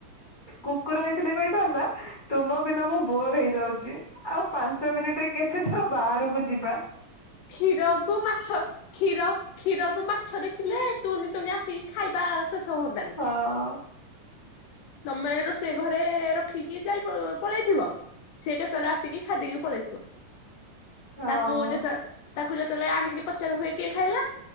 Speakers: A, on the left (about 40°); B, on the left (about 75°).
A: କୁକୁର ହେଇଥିଲେ କହିଥାନ୍ତା, ତୁମ ବିନା ମୁଁ ବୋର୍ ହେଇଯାଉଛି। ଆଉ ପାଞ୍ଚ ମିନିଟ୍ ରେ କେତେଥର ବାହାରକୁ ଯିବା।
B: କ୍ଷୀରକୁ ମାଛ, କ୍ଷୀର- କ୍ଷୀରକୁ ମାଛ ଦେଖିଲେ। ତୁଣିି ତୁନି ଆସିକି ଖାଇବା ଶେଷ ହଅନ୍ତାଣି।
A: ହଁ।
B: ତମେ ରୋଷେଇ ଘରେ ରଖିକି ଯାଇ ପଳେଇଥିବ। ସିଏ କେତେବେଳେ ଆସିକି ଖାଇ ଦେଇକି ପଳେଇଥିବ।
A: ହଁ।
B: ତାକୁ ଯେତେ ତାକୁ ଯେତେବେଳେ ଆଣିକି ପଚାରିବୁ ଇଏ କିଏ ଖାଇଲା।